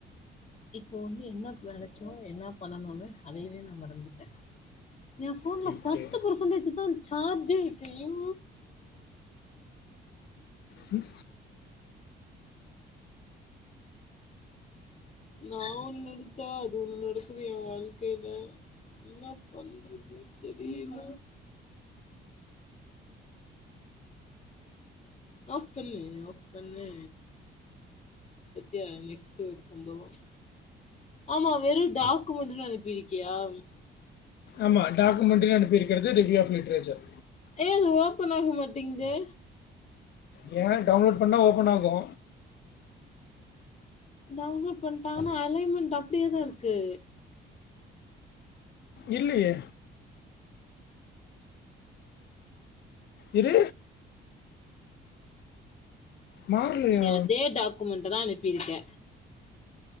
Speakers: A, on the left (about 35°); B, on the left (about 55°).
A: இப்போ வந்து என்ன வெளச்சோ என்னா பண்ணனுனு அதையவே நா மறந்துட்டே எ ஃபோன்ல
B: போயிட்டு
A: பத்து பர்சன்டேஜ் தா ச்சார்ஜே இக்கு யூ
B: ம்
A: நா ஒண் நெனுச்சா அது ஒண்ணு நடக்குது எ வாழ்க்கைய்ல என்ன பண்றதுன்னே தெரியில அப்புண்ணே ஓப்பண்ணே சத்யா நெக்ஸ்ட் ஒர் சம்பவம் ஆமா வெறு டாக்குமெண்ட்டுனு அனுப்பிருக்கியாம்
B: ஆமா டாக்குமெண்ட்டுக்கு அனுப்பிர்க்கிறது டிக்ரி ஆஃப் லிட்ரேச்சர்
A: ஏ அது ஓப்பன் ஆக மாட்டேங்தே
B: ஏ டவ்ன்லோட் பண்ணா ஓப்பன் ஆகு
A: டவ்ன்லோட் பண்ட்ட ஆனா அலைமெண்ட் அப்ட்யே தா ருக்கு
B: இல்லயே இரு மாறலையா
A: நீங்க அதே டாக்குமெண்ட்டதா அனுப்பிருக்க